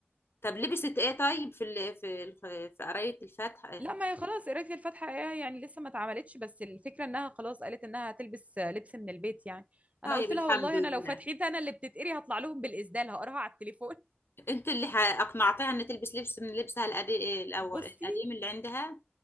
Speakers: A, on the left; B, on the right.
A: طب لبست ايه طيب في ال... في ال... في قرايه الفاتحه إيه؟
B: لا ما هي خلاص قرايه الفاتحه إيه يعني لسه ما اتعملتش بس الفكره انها خلاص قالت انها هتلبس لبس من البيت يعني
A: طيب
B: انا قلت
A: الحمد
B: لها والله
A: لله
B: انا لو فتحتها انا اللي بتتقري هطلع لهم بالاسدال هقراها على التليفون
A: انت اللي ح- اقنعتها ان تلبس لبس من لبسها القديم الاول
B: <laughs> بصي
A: القديم اللي عندها